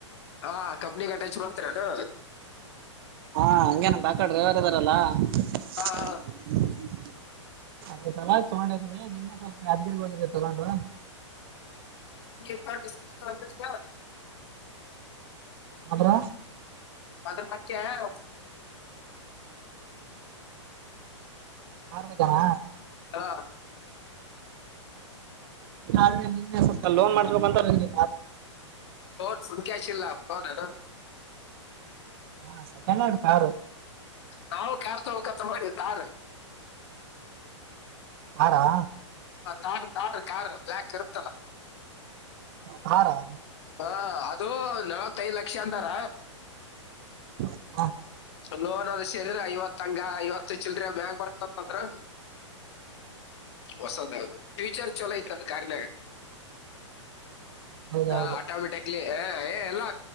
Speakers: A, on the left; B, on the right.
A: ಹಾ ಕಂಪ್ನಿಗ್ ಅಟ್ಯಾಚ್ ಮಾಡ್ತಾರೇನು?
B: ಹಾ ಹಂಗೇನ ಕಾಕಾ ಡ್ರೈವರ್ ಅದಾರಲ್ಲ <inaudible>
A: ಹಾ ಹಾ
B: <unintelligible> ತಗೊಂಡಿದ್ವಿ ನಿನ್ನೆ ಸ್ವಲ್ಪ ಯಾದಗಿರಿಗೆ ಹೋಗಿದ್ರಿ ತೊಗೊಂಡ್ರಾ?
A: <unintelligible>
B: ಹೋದ್ರಾ
A: ಅದರ <unintelligible>
B: ಆರ ಮಂದ್ಯಾನ?
A: ಹಾ
B: ಆದ್ರೆ ನಿನ್ನೆ ಸ್ವಲ್ಪ ಲೋನ್ ಮಾಡ್ಸ್ಬೇಕು ಅಂತ ಬಂದ್ವಿ.
A: <unintelligible> ಕ್ಯಾಶಿಲ್ಲ ಫೋನಿಡು.
B: ಆ ಸೆಕೆಂಡ್ಯಾಂಡ್ಕಾರು.
A: ನಾವು ಕಾರ್ ತಗೋಬೇಕಂತ ಮಾಡಿವಿ ಕಾರು
B: ಕಾರಾ
A: ತಾರ್ ತಾರ್ ಕಾರ್ ಬ್ಲಾಕ್ ಇರುತ್ತಲ್ಲ.
B: ತಾರಾ
A: ಹಾ ಅದು ನವತ್ತೈದ್ ಲಕ್ಷ ಅಂದಾರ
B: ಹ <unintelligible>
A: ಲೋನಲ್ ಚದುರ ಐವತ್ಂಗ ಐವತ್ತು ಚಿಲ್ರಿ ಮ್ಯಾಗ ಬರ್ತತ್ಂದ್ರ. ಹೊಸ ಫೀಚರ್ ಚೊಲೊ ಐತಂಥ ತಾರ್ನ್ಯಾಗ. <inaudible>
B: ಹೌದೌದು
A: ಚ ಆಟೊಮಿಟಕ್ಲಿ ಎ ಎ ಇಲ್ಲಾ